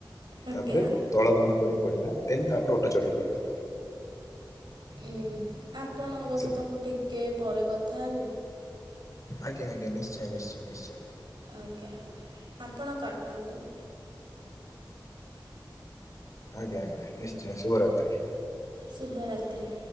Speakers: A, on the right (about 70°); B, on the left (about 40°).
A: ଆଜ୍ଞା।
B: ତାପରେ। ତଳ ମୁହାଁ କରି ପଡ଼ିଲା ଦେନ୍ ତାପରେ ଅଟୋ ଚ଼ଢ଼ିକି ପଲେଇଲା।
A: ଉୁଁ ଆପଣଙ୍କ
B: ସେ
A: ସହିତ ମୁଁ ଟିକେ ପରେ କଥା ହେବି।
B: ଆଜ୍ଞା ଆଜ୍ଞା ନିଶ୍ଚୟ ନିଶ୍ଚୟ ନିଶ୍ଚୟ।
A: ଆଜ୍ଞା ଆପଣ କାଟନ୍ତୁ।
B: ଆଜ୍ଞା ଆଜ୍ଞା ନିଶ୍ଚୟ ଶୁଭରାତ୍ରି।
A: ଶୁଭ ରାତ୍ରି?